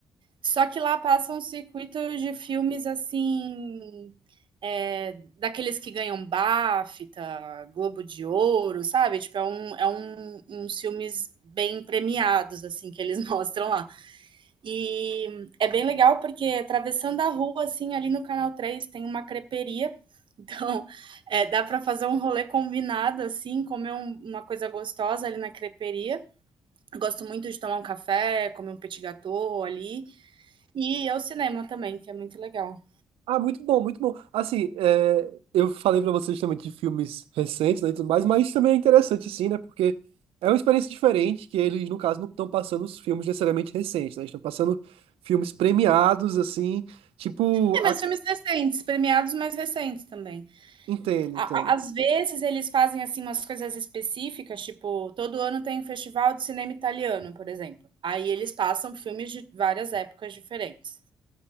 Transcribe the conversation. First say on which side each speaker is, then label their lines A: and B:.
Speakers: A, on the right (about 60°); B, on the right (about 80°).
A: só que lá passam circuitos de filmes assim, é, daqueles que ganham BAFTA, Globo de Ouro, sabe? Tipo, é um, é um, uns filmes bem premiados, assim, que eles <laughs> mostram lá. E é bem legal porque atravessando a rua, assim, ali no Canal Três tem uma creperia. <laughs> Então, é, dá para fazer um rolê combinado, assim, comer um- uma coisa gostosa ali na creperia. Gosto muito de tomar um café, comer um petit gâteau ali. E ir ao cinema também, que é muito legal.
B: Ah, muito bom, muito bom. Assim, é, eu falei pra vocês também de filmes recentes, né, e tudo mais, mas também é interessante, assim, né, porque é uma experiência diferente, que eles, no caso, não estão passando os filmes necessariamente recentes, né, eles estão passando filmes premiados, assim, tipo,
A: É, mas
B: a-
A: filmes recentes, premiados mais recentes também.
B: entendo,
A: A-
B: entendo.
A: a- Às vezes eles fazem assim umas coisas específicas, tipo, todo ano tem um festival de cinema italiano, por exemplo. Aí eles passam filmes de várias épocas diferentes.